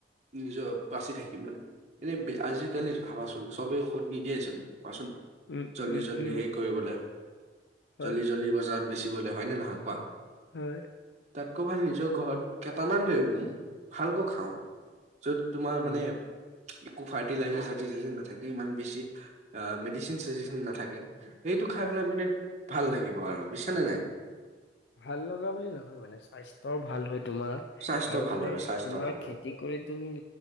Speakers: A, on the right; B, on the left.
A: নিজৰ বাচি থাকিম মানে। এনে আজিকালিৰ ভাবাচোন চবেই ঔষধ নিদিয়েচোন। কোৱাচোন
B: উম
A: জল্দি
B: উম
A: জল্দি
B: উম
A: হেৰি কৰিবলৈ,
B: হয়
A: জল্দি জল্দি বজাত পুচিবলৈ হয় নে নহয় কোৱা?
B: হয়।
A: তাতকৈ ভাল নিজৰ ঘৰত কেইটামান ৰুম, ভালকৈ খাওঁ। য'ত তোমাৰ
B: উম।
A: মানে একো ফাৰ্টিলাইজাৰ -চাৰটিলাইজাৰ নাথাকে ইমান বেছি আ মেডিচিন -চেদিচিন নাথাকে সেইটো খাই পেলাই মানে ভাল লাগিব আৰু বুজিছা নে নাই?
B: ভাল লগা বুলি নহয় মানে স্বাস্থ্যৰ ভাল হয়। তোমাৰ
A: স্বাস্থ্য
B: আৰু
A: ভাল
B: মানে
A: হয় স্বাস্থ্য
B: তোমাৰ
A: ভাল হয়
B: খেতি কৰি তুমি